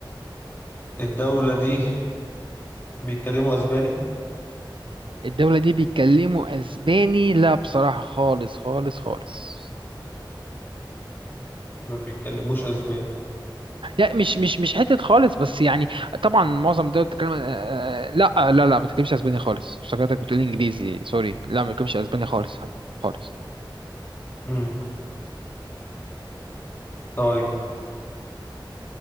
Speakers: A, on the left; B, on the right.
A: الدولة دي بيتكلموا أسباني
B: الدولة دي بيتكلموا أسباني لا بصراحة خالص خالص خالص
A: ما بيتكلموش أسباني
B: لا مش مش مش حتة خالص بس يعني طبعا معظم الدول بتتكلم آه، آه، آه، لا آه، لا لا ما بتتكلمش اسباني خالص افتكرتك بتقول انجليزي سوري لا ما بتتكلمش اسباني خالص خالص
A: مم. طيب